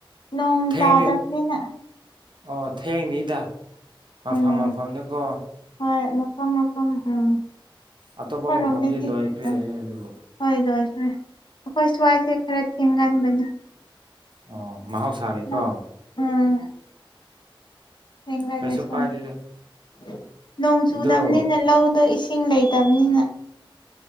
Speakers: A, on the left; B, on the right.
A: ꯅꯣꯡ
B: ꯊꯦꯡꯗꯤ
A: ꯇꯥꯗꯕꯅꯤꯅ
B: ꯑꯣ ꯊꯦꯡꯅꯤꯗ ꯃꯐꯝ
A: ꯎꯝ
B: ꯃꯐꯝꯗꯨꯀꯣ
A: ꯍꯣꯏ ꯃꯐꯝ ꯃꯐꯝ ꯎꯝ
B: ꯑꯇꯣꯞꯄ
A: ꯑꯈꯣꯏꯔꯣꯝꯗꯗꯤ
B: ꯃꯐꯝꯗꯤ ꯂꯣꯏꯈ꯭ꯔꯦ
A: ꯎꯝ
B: ꯑꯗꯨꯕꯨ
A: ꯍꯣꯏ ꯂꯣꯏꯈꯔꯦ ꯑꯈꯣꯏ ꯁ꯭ꯋꯥꯏꯁꯦ ꯈꯔ ꯊꯦꯡꯒꯟꯕꯅꯦ
B: ꯑꯣ ꯃꯍꯧꯁꯥꯒꯤꯀꯣ
A: ꯂꯧ ꯎꯝ <unintelligible>
B: ꯀꯩꯁꯨ ꯀꯥꯏꯗꯦꯗ
A: ꯅꯣꯡ ꯆꯨꯗꯕꯅꯤꯅ
B: ꯑꯗꯣ
A: ꯂꯧꯗꯣ ꯏꯁꯤꯡ ꯂꯩꯇꯕꯅꯤꯅ